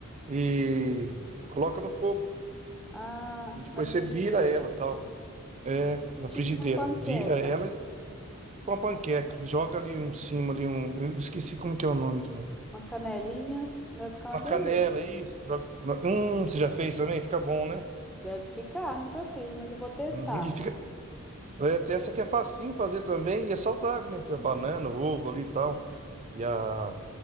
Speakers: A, on the right; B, in the centre.
A: e coloca no fogo.
B: ah,
A: E depois
B: na frigideira.
A: você vira ela, tal, na
B: Tipo
A: frigideira.
B: uma panqueca,
A: Vira ela e fica uma panqueca. E Joga ali em cima ali um, eu esqueci como que é o nome do.
B: uma canelinha, deve ficar uma
A: Uma
B: delícia.
A: canela, isso. Joga- Hum, você já fez também? Fica bom, né?
B: Deve ficar, nunca fiz, mas eu vou testar.
A: Uhum. E fica, é, tem essa que é facinho fazer também e é saudável, né? Que é banana, ovo ali e tal. E a